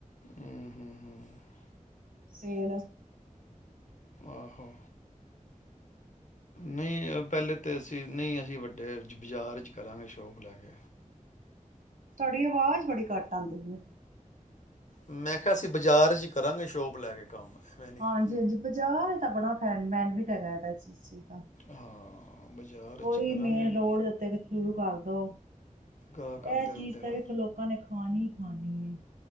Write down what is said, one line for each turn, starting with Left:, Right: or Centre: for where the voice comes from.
Left: ਹੂੰ ਹੂੰ ਹੂੰ
Right: ਸੇਲ
Left: ਆਹੋ ਨਹੀਂ ਪਹਿਲੇ ਤਾਂ ਅਸੀਂ ਨਹੀਂ ਅਸੀਂ ਵੱਡੇ ਬਾਜ਼ਾਰ 'ਚ ਕਰਾਂਗੇ ਸ਼ੋਪ ਲੈ ਕੇ
Right: ਤੁਹਾਡੀ ਆਵਾਜ਼ ਬੜੀ ਘੱਟ ਆਉਂਦੀ ਹੈ।
Left: ਮੈਂ ਕਿਹਾ ਅਸੀਂ ਬਾਜ਼ਾਰ ਚ ਕਰਾਂਗੇ ਸ਼ੋਪ ਲੈ ਕੇ ਕੰਮ ਐਵੇਂ ਨਹੀਂ
Right: ਹਾਂਜੀ ਹਾਂਜੀ ਬਾਜ਼ਾਰ ਤਾਂ ਬੜਾ <unintelligible> ਤਾ
Left: ਹਾਂ ਬਾਜ਼ਾਰ
Right: ਕੋਈ
Left: 'ਚ ਹੀ ਕਰਾਂਗੇ
Right: ਮੇਨ ਰੋਡ ਉਤੇ ਸ਼ੁਰੂ ਕਰ ਦੋ
Left: ਗਾਹਕ
Right: ਇਹ
Left: ਆਂਦੇ
Right: ਚੀਜ਼
Left: ਰਹਿੰਦੇ ਨਾ
Right: ਵੇਖੋ ਲੋਕਾਂ ਨੇ ਖਾਣ ਹੀ ਖਾਣੀ